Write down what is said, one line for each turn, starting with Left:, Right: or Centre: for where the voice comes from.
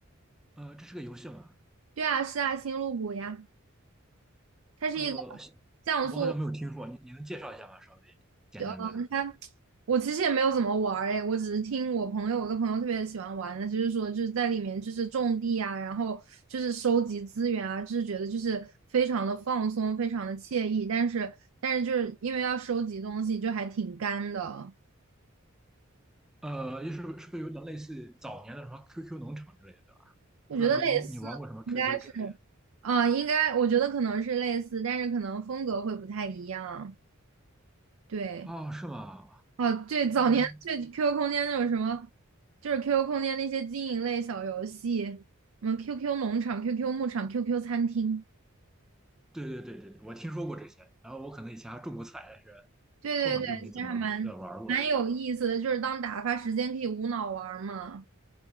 Centre: 呃，这是个游戏吗？
Right: 对啊，是啊，星露谷呀。它是一个
Centre: 呃，
Right: 像素，
Centre: 我好像没有听说，你你能介绍一下吗？稍微简单的。
Right: 呃，它我其实也没有怎么玩儿诶，我只是听我朋友，我一个朋友特别喜欢玩的，就是说就是在里面就是种地啊，然后就是收集资源啊，就是觉得就是非常的放松，非常的惬意，但是但是就是因为要收集东西，就还挺干的。
Centre: 呃，就是是不是有点类似于早年的什么 QQ 农场之类的？
Right: 我觉得类似应该是
Centre: 不知道你你你玩过什么 QQ 之类
Right: 啊、应该我觉得可能是类似，但是可能风格会不太一样，对。
Centre: 的？哦，是吗？
Right: 哦，对，早年对
Centre: 哦，
Right: QQ 空间那种什么，就是 QQ 空间那些经营类小游戏，什么 QQ 农场、QQ 牧场、QQ 餐厅，
Centre: 对对对对，我听说过这些，然后我可能以前还种过菜，但是
Right: 对对对，
Centre: 后面就没怎么呃玩过了。
Right: 其实还蛮蛮有意思的，就是当打发时间可以无脑玩儿嘛。